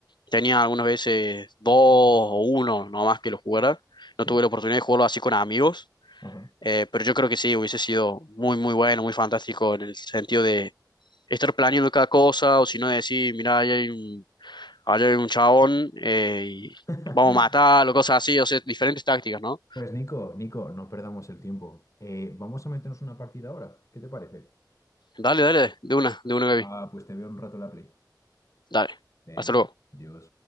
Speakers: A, on the left (about 80°); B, on the left (about 45°).
A: Tenía algunas veces dos o uno nomás que lo jugara.
B: sí,
A: No tuve la oportunidad de jugarlo así con amigos.
B: ajá.
A: eh, pero yo creo que sí, hubiese sido muy, muy bueno, muy fantástico en el sentido de estar planeando cada cosa, o si no decir, mira, ahí hay un Vaya un chabón eh, y
B: <laughs>
A: vamos a matarlo, cosas así, o sea, diferentes tácticas, ¿no?
B: Pues Nico, Nico, no perdamos el tiempo. Eh, vamos a meternos una partida ahora. ¿Qué te parece?
A: Dale, dale, de una, de una, baby.
B: Ah, pues te veo en un rato en la Play.
A: Dale.
B: Venga,
A: Hasta luego.
B: adiós.